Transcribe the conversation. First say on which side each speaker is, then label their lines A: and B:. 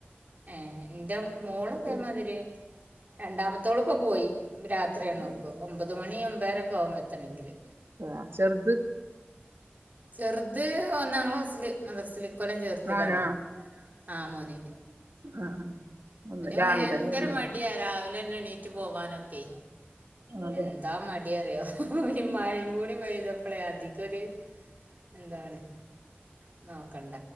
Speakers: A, on the right; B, on the right.
A: ഏഹ് എന്റെ മോള
B: ഇപ്പൊ
A: ആതേമാതിരി- രണ്ടാമത്തോളം ഇപ്പൊ പോയി രാത്രിയാണ്പ്പ
B: അല്ല
A: ഒമ്പത് മണി ഒുമമ്പേരൊക്കെ ആവുമ്പോ എത്തണെങ്കില്.
B: അഹ്ചെറുത്-
A: ചെറുത് ഒന്നാം ക്ലാസ്സില് മദർസില്. ഇകൊല്ലം ചേർത്തതാണ്
B: മോനാ
A: ആ മോനേ.
B: ആഹ് ആഹ് ഒന്ന് രാവിലെന്നെ
A: ഭയങ്കര
B: മൂന്ന്-
A: മടിയാ രാവിലെന്നെ എണീറ്റ് പോവാനൊക്കെ
B: അതെ
A: എന്താ മടീ അറിയോ ഒരു മയേം കൂടി പെയ്തപ്പളെ അതി ക്കൊര് എന്താണ് നോക്കണ്ട.